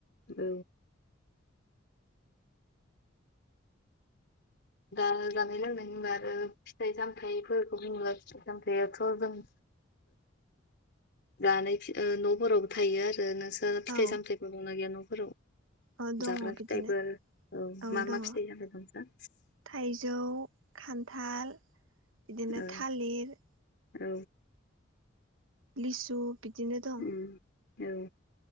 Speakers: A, on the left; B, on the right.
A: औ। दा जानाय लोंनाय होनबा आरो फिथाइ सामथायाइफोरखौ होनोबा फिथाइ सामथायाइयाथ' जों <unintelligible> दानाय न'फोरावबो थायो आरो नोंसोर फिथाइ
B: औ
A: सामथायफोर दंना गैया न'फोराव
B: औ दङ
A: जाग्रा
B: बिदिनो
A: फिथाइफोर औ
B: औ
A: मा
B: दङ
A: मा फिथाइ जानाय नोंसा
B: थाइजौ खान्थाल बिदिनो
A: औ
B: थालिर
A: औ।
B: लिसु बिदिनो दं।
A: उम औ